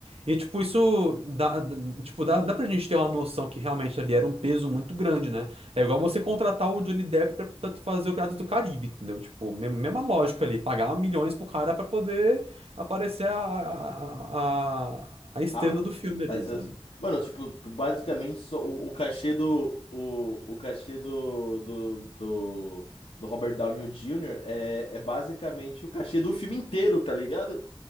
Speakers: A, on the right; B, on the left.
A: E, tipo, isso dá, dá- tipo, dá, dá pra gente ter uma noção que realmente ali era um peso muito grande, né? É igual você contratar o Johnny Depp pra, pra tu fazer o Piratas do Caribe, entendeu? Tipo, me- mesma lógica ali, pagar milhões pro cara pra poder aparecer a, a, a, a estrela
B: Ah,
A: do filme ali,
B: aí você
A: sabe?
B: assim, mano, tipo, basicamente só o, o cachê do o, o cachê do, do, do, do Robert Downey Jr. é, é basicamente o cachê do filme inteiro, tá ligado?